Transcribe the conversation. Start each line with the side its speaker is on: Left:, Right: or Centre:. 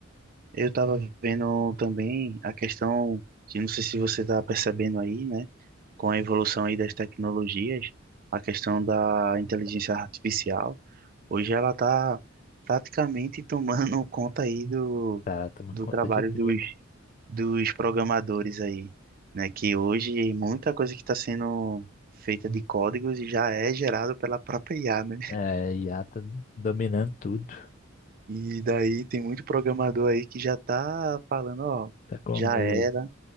Right: Eu tava vendo também a questão que não sei se você tá percebendo aí, né, com a evolução aí das tecnologias, a questão da inteligência artificial, hoje ela tá praticamente tomando <laughs> conta aí do,
Left: tá tomando
Right: do
Left: conta
Right: trabalho
Left: de tudo.
Right: dos, dos programadores aí, né, que hoje muita coisa que está sendo feita de códigos já é gerado pela própria IA, né?
Left: É, a IA tá dominando tudo.
Right: E daí tem muito programador aí que já tá falando, ó,
Left: Tá com
Right: já
Left: medo,
Right: era